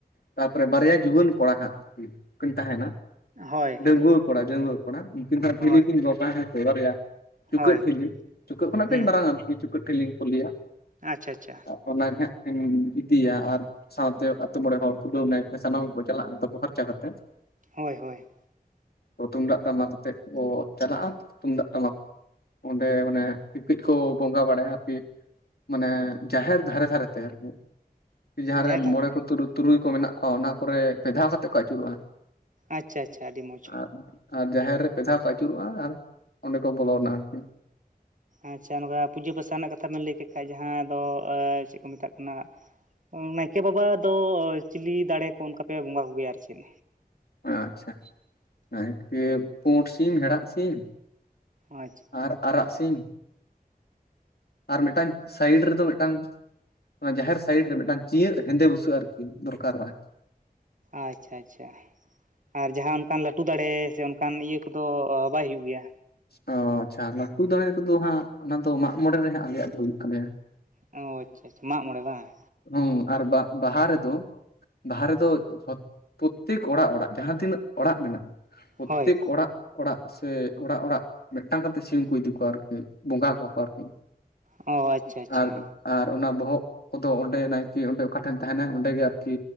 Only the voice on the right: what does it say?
ᱦᱳᱭ
ᱦᱳᱭ
ᱦᱳᱭ
ᱦᱮᱸ
ᱟᱪᱪᱷᱟ ᱟᱪᱪᱷᱟ᱾
ᱦᱳᱭ ᱦᱳᱭ
ᱡᱟᱦᱮᱨ ᱛᱷᱟᱱ
ᱟᱪᱪᱷᱟ ᱟᱪᱪᱷᱟ ᱟᱹᱰᱤ ᱢᱚᱡᱽ᱾
ᱟᱪᱪᱷᱟ ᱱᱚᱝᱠᱟ ᱯᱩᱡᱟᱹ ᱯᱟᱥᱟ ᱱᱟᱜ ᱠᱟᱛᱷᱟ ᱵᱮᱱ ᱞᱟᱹᱭ ᱠᱮᱫ ᱠᱷᱟᱡ ᱡᱟᱦᱟᱸ ᱫᱚ ᱪᱮᱫ ᱠᱚ ᱢᱮᱛᱟᱜ ᱠᱟᱱᱟ ᱱᱟᱭᱠᱮ ᱵᱟᱵᱟ ᱫᱚ ᱪᱤᱞᱤ ᱫᱟᱲᱮ ᱠᱚ ᱚᱱᱠᱟ ᱯᱮ ᱵᱚᱸᱜᱟ ᱠᱚᱜᱮᱭᱟ ᱟᱨ ᱪᱮᱫ?
ᱟᱪᱪᱷᱟ᱾
ᱟᱪᱪᱷᱟ ᱟᱪᱪᱷᱟ᱾ ᱟᱨ ᱡᱟᱦᱟᱸ ᱚᱱᱠᱟᱱ ᱞᱟᱹᱴᱩ ᱫᱟᱲᱮ ᱥᱮ ᱚᱱᱠᱟᱱ ᱤᱭᱟᱹ ᱠᱚᱫᱚ ᱵᱟᱭ ᱦᱩᱭᱩᱜ ᱜᱮᱭᱟ?
ᱚ ᱟᱪᱪᱷᱟ ᱟᱪᱪᱷᱟ ᱢᱟᱜ ᱢᱚᱬᱮ ᱵᱟᱝ
ᱦᱳᱭ
ᱚ ᱟᱪᱪᱷᱟ ᱟᱪᱪᱷᱟ